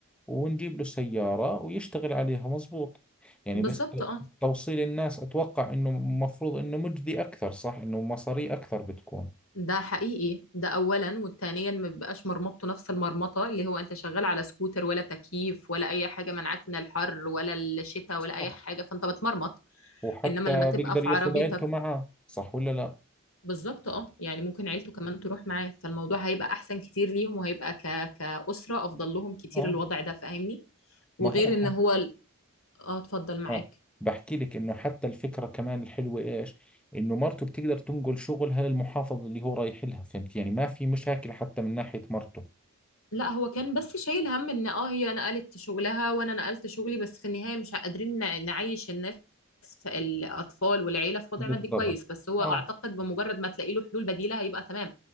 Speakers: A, in the centre; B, on the left (about 70°).
A: ونجيب له سيارة ويشتغل عليها مزبوط يعني
B: بالظبط
A: بس
B: اه
A: توصيل الناس أتوقع إنه مفروض إنه مجدي أكثر صح إنه مصاري أكثر بتكون
B: ده حقيقي ده اولا والتانيا ما بيبقاش مرمطته نفس المرمطه اللي هو انت شغال على سكوتر ولا تكييف ولا اي حاجه منعك من الحر ولا الشتاء
A: صح
B: ولا اي حاجه فانت بتمرمط
A: وحتى
B: انما لما تبقى
A: بيقدر
B: في
A: ياخذ
B: عربيتك
A: عيلته معاه صح ولا لا
B: بالظبط اه يعني ممكن عيلته كمان تروح معاه فالموضوع هيبقى احسن كتير ليهم وهيبقى ك... كأسرة افضل لهم كتير
A: آه
B: الوضع ده فاهمني وغير
A: ما هو
B: ان
A: ح-
B: هو ال- اه اتفضل معاك
A: اه بحكي لك انه حتى الفكره كمان الحلوه ايش انه مرته بتقدر تنقل شغلها للمحافظه اللي هو رايح لها فهمت يعني ما في مشاكل حتى من ناحيه مرته
B: لا هو كان بس شايل هم ان اه هي نقلت شغلها وانا نقلت شغلي بس في النهاية مش قادرين ن- نعيش الناس في الاطفال والعيلة في وضع
A: بالضبط
B: مادي كويس بس هو
A: اه
B: اعتقد بمجرد ما تلاقي له حلول بديلة هيبقى تمام